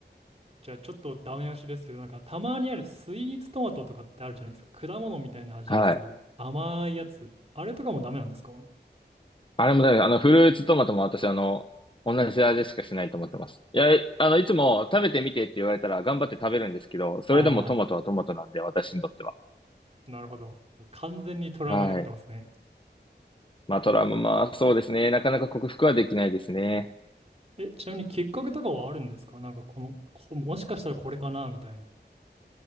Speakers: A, on the right; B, on the left.
A: じゃあちょっとダメ押しですけど、なんかたまにあるスイーツトマトとかってあるじゃないですか。果物みたいな味がする。
B: はい。
A: 甘いやつ。あれとかもダメなんですかは
B: あれもだよね、あの、フルーツトマトも私、あの、同じ味しかしないと思ってます。いや、あの、いつも食べてみてって言われたら頑張って食べるんですけど、それでもトマトはトマトなんで、
A: いは
B: 私にとっては。
A: い。なるほど。もう完全にトラウマになってますね。
B: はい。まあ、トラウマ、まあ、そうですね。なかなか克服はできないですね。
A: え、ちなみにきっかけとかはあるんですかなんかこの、こもしかしたらこれかなみたいな。